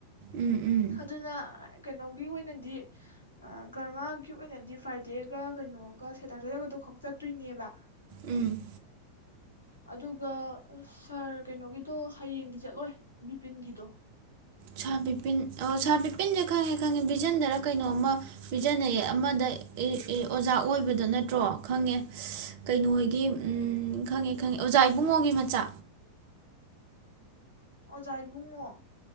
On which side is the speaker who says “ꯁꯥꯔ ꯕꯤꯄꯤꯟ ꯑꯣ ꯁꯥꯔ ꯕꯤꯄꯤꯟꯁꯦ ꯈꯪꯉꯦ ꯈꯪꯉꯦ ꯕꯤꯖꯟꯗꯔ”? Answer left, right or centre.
Right